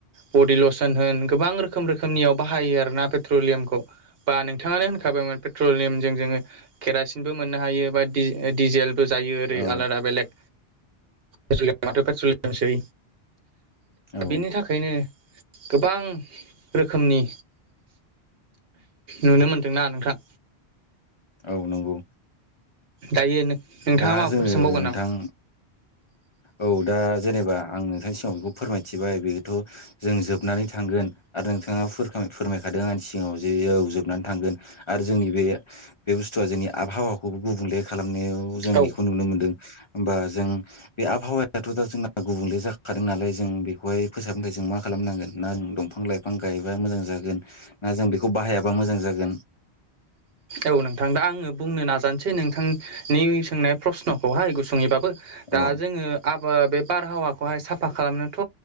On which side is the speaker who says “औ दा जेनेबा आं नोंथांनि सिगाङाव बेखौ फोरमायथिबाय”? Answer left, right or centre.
Left